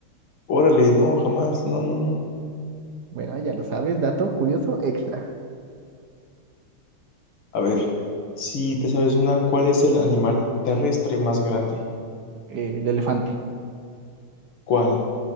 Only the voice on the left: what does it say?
Órale, no, jamás. No, no, no.
A ver, si te sabes una, ¿cuál es el animal terrestre más grande?
¿Cuál?